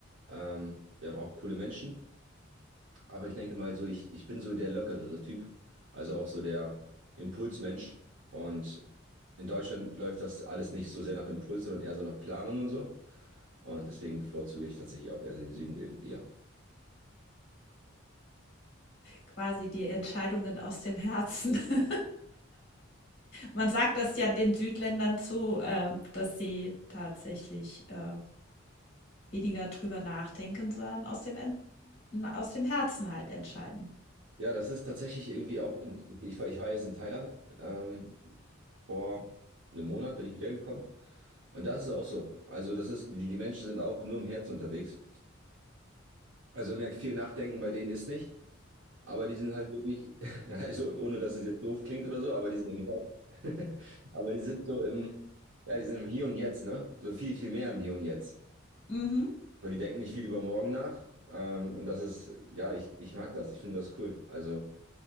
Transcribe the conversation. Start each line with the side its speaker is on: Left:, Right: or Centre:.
Right: Ähm, wir haben auch coole Menschen. Aber ich denke mal so, ich, ich bin so der lockerere Typ, also auch so der Impulsmensch. Und in Deutschland läuft das alles nicht so sehr nach Impuls, sondern eher so nach Planung und so. Und deswegen bevorzuge ich tatsächlich auch eher den Süden irgendwie, ja.
Left: quasi die Entscheidungen aus dem Herzen. <laughs> Man sagt das ja den Südländern zu, ähm, dass sie tatsächlich, äh, weniger drüber nachdenken, sondern aus dem En aus dem Herzen halt entscheiden.
Right: Ja, das ist tatsächlich irgendwie auch, in, ich war, ich war jetzt in Thailand, ähm, vor einem Monat bin ich wiedergekommen. Und das ist auch so. Also das ist, die, die Menschen sind auch nur im Herzen unterwegs. Also man merkt, viel Nachdenken bei denen ist nicht. Aber die sind halt wirklich, <laughs> also ohne dass es jetzt doof klingt oder so, aber die sind im <laughs> aber die sind so im, ja, die sind im Hier und Jetzt, ne? So viel, viel mehr im Hier und Jetzt.
Left: Mhm.
Right: So, die denken nicht viel über morgen nach. Ähm, und das ist, ja, ich, ich mag das, ich finde das cool. Also,